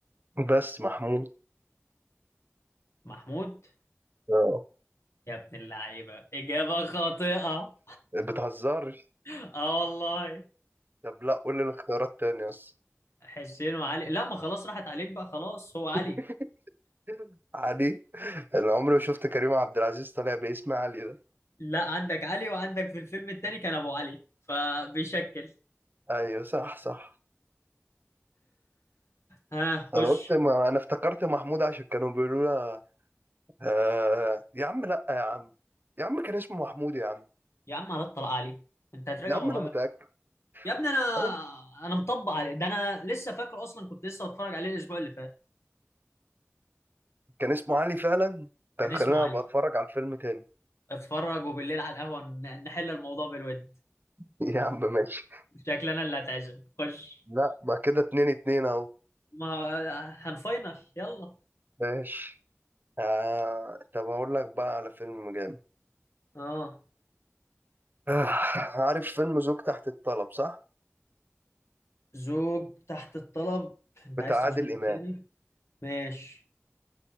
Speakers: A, on the right; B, on the left.
A: بس محمود
B: محمود
A: اه
B: يا ابن اللعيبة إجابة خاطئة
A: بتهزرش
B: <laughs> اه والله
A: طب لا قول لي الاختيارات تاني بس
B: حسين وعلي لا ما خلاص راحت عليك بقى خلاص هو علي
A: <laughs> عادي انا عمري ما شفت كريم عبد العزيز طالع باسم علي ده
B: لا عندك علي وعندك في الفيلم التاني كان ابو علي فبيشكل
A: ايوه صح صح
B: ها خش
A: انا قلت ما انا افتكرت محمود عشان كانوا بيقولوا لها آه... آه، يا عم لا يا عم يا عم كان اسمه محمود يا عم
B: يا عم على الطلاق علي انت هتراجع
A: يا عم
B: ورايا
A: انا متاكد
B: يا ابني انا
A: أنا...
B: انا مطبق علي ده انا لسه فاكر اصلا كنت لسه بتفرج عليه الاسبوع اللي فات
A: كان اسمه علي فعلا انت هتخليني
B: كان اسمه
A: ابقى
B: علي
A: اتفرج على الفيلم تاني
B: اتفرج وبالليل على القهوه ن- نحل الموضوع بالود
A: <laughs> يا عم ماشي
B: شكلنا اللي هتعزم خش
A: لا ما كده اتنين اتنين اهو
B: ما هو هنفاينل يلا
A: ماشي آه... طب اقول لك بقى على فيلم جامد
B: اه
A: آه... عارف فيلم زوج تحت الطلب صح
B: زوج تحت الطلب انت
A: بتاع
B: عايز
A: عادل
B: تزنقني
A: امام
B: تاني ماشي